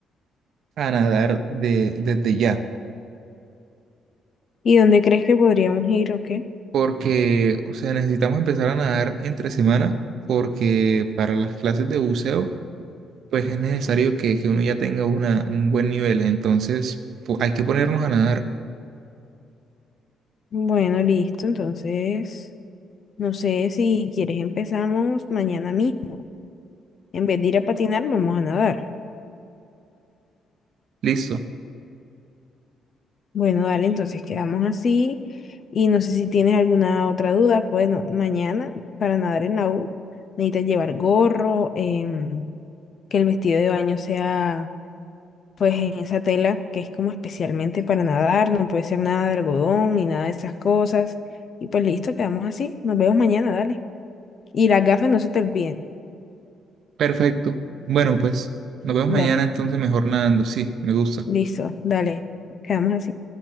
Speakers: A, on the right; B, on the left.
A: a nadar de, desde ya,
B: ¿Y dónde crees que podríamos ir o qué?
A: porque, o sea, necesitamos empezar a nadar entre semana porque para las clases de buceo, pues es necesario que, que uno ya tenga una, un buen nivel, entonces po- hay que ponernos a nadar,
B: Bueno, listo. Entonces, no sé si quieres empezamos mañana mismo. En vez de ir a patinar, vamos a nadar.
A: listo.
B: Bueno, dale, entonces quedamos así. Y no sé si tienes alguna otra duda. Bueno, mañana para nadar en la U necesitas llevar gorro, em, que el vestido de baño sea pues en esa tela que es como especialmente para nadar. No puede ser nada de algodón ni nada de esas cosas. Y pues listo, quedamos así. Nos vemos mañana, dale. Y las gafas no se te olviden.
A: Perfecto. Bueno, pues nos vemos
B: Dale.
A: mañana entonces mejor nadando. Sí, me gusta.
B: Listo, dale, quedamos así.